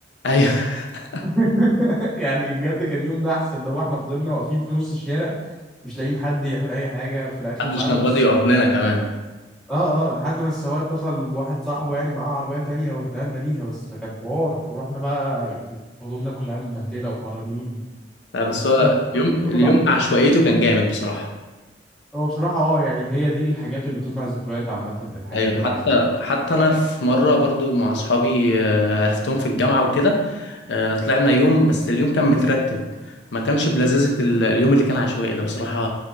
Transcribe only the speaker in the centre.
<laughs> يعني بجد كان يوم نحس اللي هو احنا فضلنا واقفين في نص الشارع مش لاقيين حد يعمل اي حاجه في الاخر
بعد
نص
ساعة-
اه اه لحد ما السواق اتصل بواحد صاحبه يعني معاه عربيه تانية واتنقلنا ليها بس ده كان حوار ورحنا بقى هدومنا كلها متبهدله وحرانين
قلت له،
"أنا الأكتر".
هو بصراحه اه يعني هي دي الحاجات اللي بتصنع الذكريات عامه الحاجات
اللي